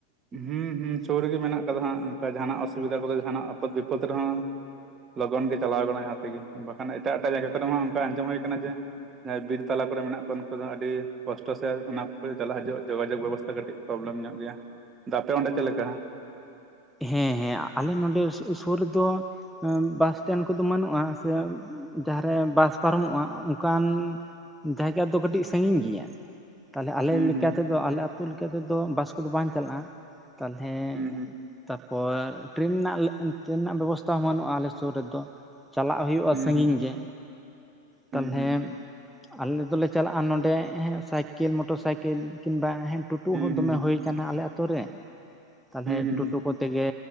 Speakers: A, on the right; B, in the centre.
A: ᱦᱮᱸᱻ ᱦᱩᱸᱻ, ᱥᱩᱨ ᱨᱮᱜᱮ ᱢᱮᱱᱟᱜ ᱠᱟᱫᱟ ᱦᱟᱸᱜ᱾ ᱚᱱᱠᱟ ᱡᱟᱦᱟᱱᱟᱜ ᱚᱥᱩᱵᱤᱫᱟ ᱠᱚᱫᱚ ᱡᱟᱦᱱᱟᱜ ᱟᱯᱚᱫ ᱵᱤᱯᱚᱫ ᱨᱮᱦᱚᱸ ᱞᱚᱜᱚᱱ ᱜᱮ ᱪᱟᱞᱟᱣ ᱠᱟᱱᱟ ᱡᱟᱦᱟᱸ ᱛᱮᱜᱮ᱾ ᱵᱟᱠᱷᱟᱱ ᱮᱴᱟᱜ ᱮᱴᱟᱜ ᱡᱟᱭᱜᱟ ᱠᱚᱨᱮ ᱦᱚᱸ ᱚᱱᱠᱟ ᱟᱸᱡᱚᱢ ᱦᱩᱭ ᱠᱟᱱᱟ ᱡᱮ ᱡᱟᱦᱟᱸᱭ ᱵᱤᱨ ᱛᱟᱞᱟ ᱠᱚᱨᱮ ᱢᱮᱱᱟᱜ ᱠᱚᱣᱟ᱾ ᱩᱱᱠᱩ ᱫᱚ ᱟᱹᱰᱤ ᱠᱚᱥᱴᱚ ᱥᱮ ᱚᱱᱟ ᱠᱚ ᱪᱟᱞᱟᱜ ᱦᱤᱡᱩᱜᱼᱟ ᱡᱳᱜᱟᱡᱳᱜ ᱵᱮᱵᱚᱥᱛᱷᱟ ᱠᱟᱹᱴᱤᱡ ᱯᱨᱚᱵᱞᱮᱢ ᱧᱚᱜ ᱜᱮᱭᱟ ᱾ᱟᱫᱚ ᱟᱯᱮ ᱚᱸᱰᱮ ᱪᱮᱫ ᱞᱮᱠᱟ?
B: ᱦᱮᱸ ᱦᱮᱸ ᱟᱞᱮ ᱱᱚᱰᱮ ᱥᱩᱨ ᱨᱮ ᱫᱚ ᱵᱟᱥ ᱥᱴᱮᱱᱰ ᱠᱚᱫᱚ ᱵᱟᱹᱱᱩᱜᱼᱟ, ᱥᱮ ᱡᱟᱦᱟᱸᱨᱮ ᱵᱟᱥ ᱯᱟᱨᱚᱢᱚᱜᱼᱟ ᱚᱱᱠᱟᱱ ᱡᱟᱭᱜᱟ ᱫᱚ ᱠᱟᱹᱴᱤᱡ ᱥᱟᱺᱜᱤᱧ ᱜᱮᱭᱟ᱾ ᱛᱟᱦᱞᱮ
A: ᱦᱩᱸ
B: ᱟᱞᱮ ᱞᱮᱠᱟᱛᱮᱫᱚ
A: ᱦᱩᱸ
B: ᱟᱞᱮ ᱟᱹᱛᱩ ᱞᱮᱠᱟ ᱛᱮᱫᱚ ᱵᱟᱥ ᱠᱚᱫᱚ ᱵᱟᱝ ᱪᱟᱞᱟᱜᱼᱟ ᱛᱟᱦᱮ᱾
A: ᱦᱩᱸ
B: ᱛᱟᱯᱚᱨ ᱴᱨᱮᱱ ᱨᱮᱱᱟᱜ ᱴᱨᱮᱱ ᱨᱮᱱᱟᱜ ᱵᱮᱵᱚᱥᱛᱟ ᱦᱚᱸ ᱵᱟᱹᱱᱩᱜᱼᱟ ᱟᱞᱮ ᱥᱩᱨ ᱨᱮᱫᱚ ᱪᱟᱞᱟᱜ ᱦᱩᱭᱩᱜᱼᱟ ᱦᱳᱭᱳᱼᱟ
A: ᱦᱩᱸ
B: ᱥᱟᱜᱤᱧ
A: ᱦᱩᱸ
B: ᱜᱮ,
A: ᱦᱩᱸ
B: ᱛᱟᱞᱦᱮ
A: ᱦᱩᱸ
B: ᱟᱞᱮ ᱫᱚᱞᱮ ᱪᱟᱞᱟᱜᱼᱟ ᱱᱚᱸᱰᱮ ᱥᱟᱭᱠᱮᱞ ᱢᱚᱴᱚᱨ ᱥᱟᱭᱠᱮᱞ ᱠᱤᱱᱵᱟᱝ - ᱟ᱾ ᱴᱩᱴᱩ
A: ᱦᱩᱸ
B: ᱦᱚᱸ
A: ᱦᱩᱸ
B: ᱫᱚᱢᱮ
A: ᱦᱩᱸ
B: ᱦᱩ ᱟᱠᱟᱱᱟ ᱟᱞᱮ ᱟᱛᱳ ᱨᱮ᱾ ᱛᱟᱞᱚᱞᱮ
A: ᱦᱩᱸ ᱦᱩᱸ
B: ᱴᱳᱴᱳ ᱠᱚᱛᱮᱜᱮ